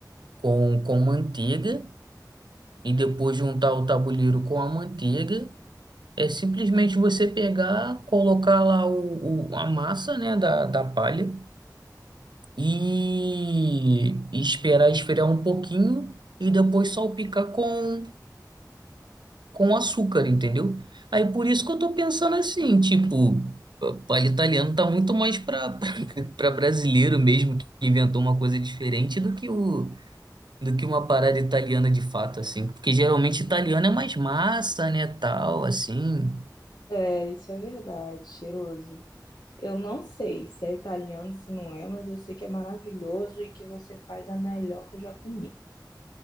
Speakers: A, on the right (about 85°); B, on the left (about 70°).
A: com, com manteiga e depois de untar o tabuleiro com a manteiga. É simplesmente você pegar, colocar lá o, o- a massa, né, da, da palha e, e esperar esfriar um pouquinho e depois salpicar com, com açúcar, entendeu? Aí por isso que eu tô pensando assim, tipo, palha italiano tá muito mais para <laughs> para brasileiro mesmo que inventou uma coisa diferente do que o do que uma parada italiana de fato assim, porque geralmente italiano é mais massa, né, tal, assim.
B: É, isso é verdade, cheiroso. Eu não sei se é italiano, se não é, mas eu sei que é maravilhoso e que você faz a melhor que eu já comi.